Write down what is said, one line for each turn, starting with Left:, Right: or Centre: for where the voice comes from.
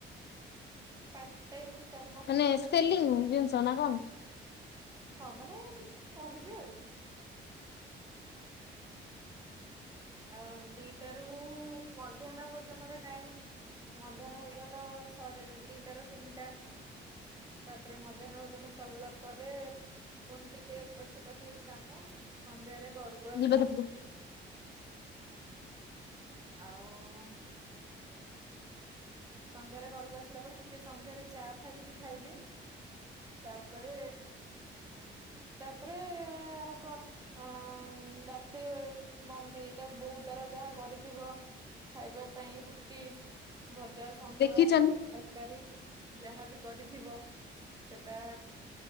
Right: ପାର୍ଟ ଟାଇମ୍ କାମ।
Left: ମାନେ ସେଲିଙ୍ଗ ଜିନିଷ ନା କଣ?
Right: ହଁ ମାନେ କହିବି ଆଉ। ଆଉ ଦିଟାରୁ ମଧ୍ୟାହ୍ନ ଭୋଜନର ଟାଇମ ମଧ୍ୟାହ୍ନ ଭୋଜନ ଶେ ଦିଟାରୁ ତିନିଟା ତାପରେ ମଧ୍ୟାହ୍ନ ଭୋଜନ ସରିଲା ପରେ ପୁଣି ଟିକେ ଏପଟ ସେପଟ ହେଇକି କାମ ସନ୍ଧ୍ୟାରେ ଘରକୁ ଆସ।
Left: ହଁ
Right: ଆଉ ସନ୍ଧ୍ୟାରେ ଘରକୁ ଆସିଲା ପରେ ଟିକେ ସନ୍ଧ୍ୟାରେ ଚା ଫା ଟିକେ ଖାଇଦିଏ। ତାପରେ ତାପରେ ଆଉ କଣ? ହଁ ରାତିରେ ମମି ନା ବୋଉ ତାର ଯାହା କରିଥିବ। ଖାଇବା ପାଇଁ ରୁଟି, ଭଜା, ସନ୍ତୁଳା
Left: ଦେଖିଛନ୍ତି
Right: ତରକାରୀ। ଯାହାବି କରିଥିବ ସେଟା